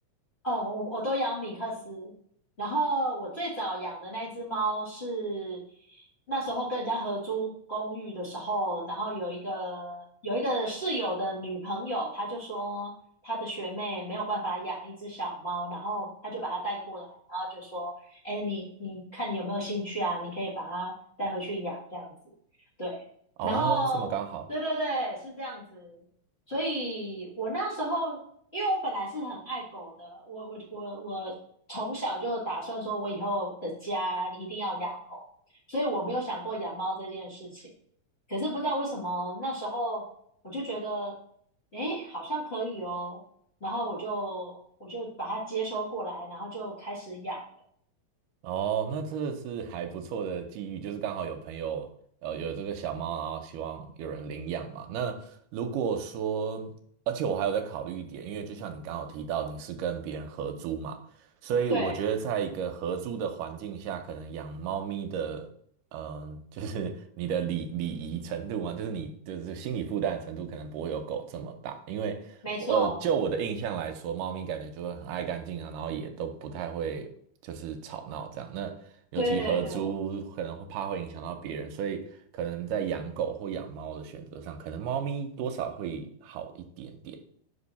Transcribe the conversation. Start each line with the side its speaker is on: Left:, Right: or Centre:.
Left: 哦，我我都养米克斯，然后我最早养的那一只猫是那时候跟人家合租公寓的时候，然后有一个有一个室友的女朋友，她就说她的学妹没有办法养一只小猫，然后她就把它带过来，然后就说：“哎，你你看你有没有兴趣啊？你可以把它带回去养这样子。”对，
Right: 哦，
Left: 然后对对对，
Right: 这么刚好。
Left: 是这样子。所以我那时候，因为我本来是很爱狗的，我我我我从小就打算说，我以后的家一定要养狗，所以我没有想过养猫这件事情。可是不知道为什么那时候我就觉得，诶，好像可以哦，然后我就我就把它接收过来，然后就开始养了。
Right: 哦，那真的是还不错的际遇，就是刚好有朋友呃有这个小猫，然后希望有人领养嘛。那如果说，而且我还有在考虑一点，因为就像你刚好提到，你是跟别人合租嘛，所以我觉得在一个合租的环境下，
Left: 对，
Right: 可能养猫咪的，嗯、<laughs> 就是你的礼礼仪程度嘛，就是你就是心理负担的程度，可能不会有狗这么大，因为
Left: 没错，
Right: 呃，就我的印象来说，猫咪感觉就会很爱干净啊，然后也都不太会就是吵闹这样。那尤其合租可能会怕会影响到别人，
Left: 对对对
Right: 所以可能在养狗或养猫的选择上，可能猫咪多少会好一点点。